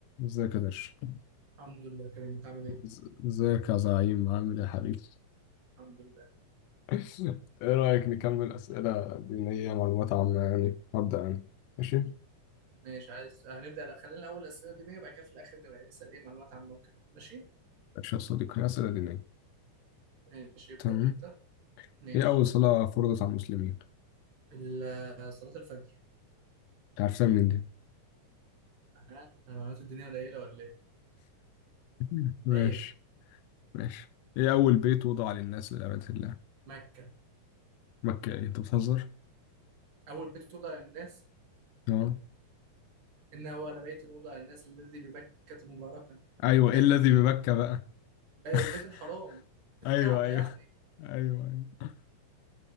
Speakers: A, on the left; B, on the right.
A: ازيك يا درش
B: الحمد لله كريم انت عامل ايه؟
A: إز- ازيك يا زعيم عامل ايه يا حبيبي
B: الحمد لله
A: <laughs> ايه رأيك نكمل أسئلة دينية معلومات عامة يعني هبدأ أنا ماشي
B: ماشي عايز هنبدأ لا، خلينا الأول أسئلة دينية بعد كده في الآخر نبقى نسأل ايه معلومات عامة وكده ماشي؟
A: ماشي يا صديقي أسئلة دينية
B: ماشي ابدأ
A: تمام
B: انت ماشي
A: ايه أول صلاة فرضت على المسلمين؟ أنت
B: ال- صلاة الفجر
A: عرفتها منين دي؟
B: ها المعلومات الدينية قليلة ولا ايه؟
A: <laughs> ماشي
B: عيب
A: ماشي ايه أول بيت وضع للناس لعبادة الله؟
B: مكة
A: مكة ايه أنت بتهزر؟
B: أول بيت وضع للناس
A: اه
B: إن أول بيت وضع للناس الذي ببكة مباركا
A: أيوه
B: البيت
A: ايه الذي
B: ال...
A: بمكة بقى؟
B: بي-
A: <laughs>
B: البيت الحرام الكعبة
A: أيوه أيوه
B: يعني
A: أيوه أيوه